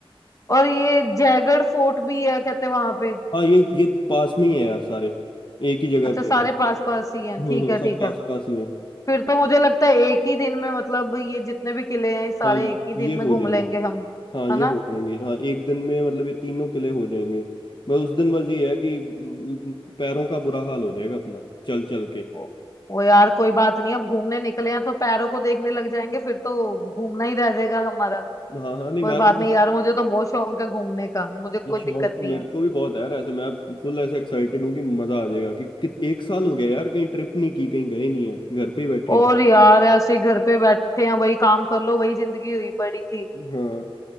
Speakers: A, on the left; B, on the left.
A: और ये जयगढ़ फोर्ट भी है कहते वहां पे
B: हाँ ये ये पास में ही है यार सारे एक ही जगह
A: अच्छा
B: पे
A: सारे
B: यार
A: पास पास ही हैं
B: हम्म
A: ठीक
B: हम्म
A: है
B: सब
A: ठीक
B: पास
A: है
B: पास ही है
A: फिर तो मुझे लगता है एक ही दिन में मतलब ये जितने भी किले हैं ये सारे
B: हाँ
A: एक ही दिन
B: ये
A: में
B: हो
A: घूम
B: जाएंगे
A: लेंगे हम
B: हाँ ये
A: है ना
B: हो जाएंगे हाँ एक दिन में मतलब ये तीनों किले हो जाएंगे मैं उस दिन बस ये है कि म, पैरों का बुरा हाल हो जाएगा अपना चल चल के
A: ओ, वो यार कोई बात नहीं अब घूमने निकले हैं तो पैरों को देखने लग जाएंगे फिर तो घूमना ही रह जाएगा हमारा
B: हाँ हाँ नहीं
A: कोई
B: मैं तो
A: बात नहीं
B: बस
A: यार मुझे तो बहुत शौक है घूमने का मुझे कोई
B: शौक
A: दिक्कत
B: तो
A: नहीं
B: मेरे
A: है
B: को भी बहुत है यार ऐसे मैं फुल ऐसे एक्साइटेड हूँ कि मजा आ जाएगा कि, कि एक साल हो गया यार कहीं ट्रिप नहीं की कहीं गए नहीं है घर पे ही बैठे
A: और
B: हैं
A: यार ऐसे ही घर पे बैठे हैं वही काम कर लो वही जिंदगी हुई पड़ी थी
B: हाँ